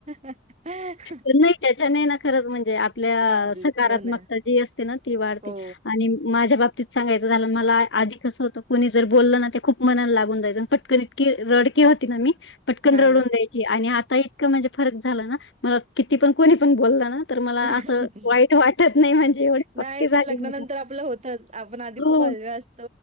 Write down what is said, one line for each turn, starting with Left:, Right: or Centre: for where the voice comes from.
Right: हा. <unintelligible>
Left: तर नाही काय, त्याच्याने ना खरंच म्हणजे, आपल्या
Right: अगदीच.
Left: सकारात्मकता
Right: हो ना.
Left: जी असते ना ती वाढते.
Right: हो.
Left: आणि माझ्या बाबतीत सांगायचं झालं, मला आधी कसं होतं, कुणी जर बोललं ना खूप मनाला लागून जायच, पटकन इतकी रडके होती ना मी, पटकन
Right: हां
Left: रडून
Right: ना.
Left: जाय आणि आता इतकं म्हणजे, फरक झाला ना, मला किती पण कोणी पण बोलल ना तर मला
Right: <unintelligible>
Left: असं वाईट वाटत नाही म्हणजे एवढी पक्की
Right: नाही
Left: झाली
Right: पण लग्नानंतर
Left: मी आता.
Right: आपलं होतच, आपण आधी
Left: हो,
Right: खूप हळव्या अस